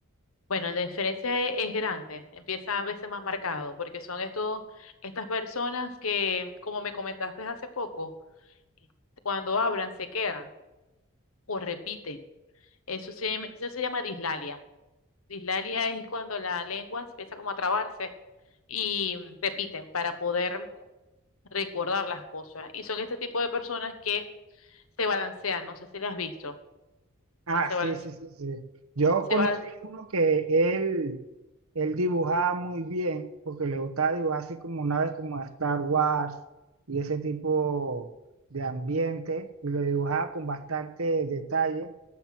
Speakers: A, on the left; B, on the right.
A: Bueno, la diferencia e- es grande, empieza a veces más marcado, porque son estos, estas personas que, como me comentaste hace poco, cuando hablan se quedan o repiten. Eso se, llama- eso se llama dislalia. Dislalia es cuando la lengua empieza como a trabarse y repiten para poder recordar las cosas. Y son este tipo de personas que se balancean, no sé si las has visto,
B: Ah,
A: que se
B: sí,
A: balancean,
B: sí, sí, sí. Yo
A: se
B: conocí
A: balan-
B: uno que él, él dibujaba muy bien, porque le gustaba dibujar así como naves como de Star Wars y ese tipo de ambiente, y lo dibujaba con bastante detalle,